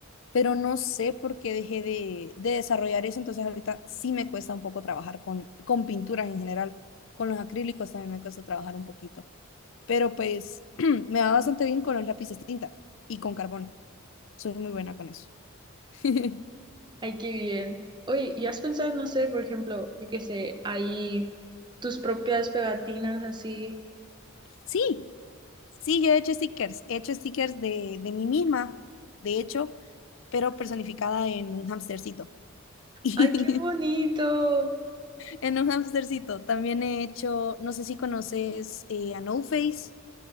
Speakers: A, on the left; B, on the right.
A: pero no sé por qué dejé de, de desarrollar eso, entonces ahorita sí me cuesta un poco trabajar con, con pinturas en general, con los acrílicos también me cuesta trabajar un poquito, pero pues <clears throat> me va bastante bien con los lápices tinta y con carbón, soy muy buena con eso. <laughs>
B: Ay, qué bien. Oye, ¿y has pensado en hacer, por ejemplo, yo qué sé, ahí tus propias pegatinas así?
A: Sí, Sí, yo he hecho stickers, he hecho stickers de, de mí misma, de hecho, pero personificada en un hamstercito. <laughs> Y
B: ¡Ay, qué bonito!
A: en un hamstercito también he hecho, no sé si conoces eh, a No Face.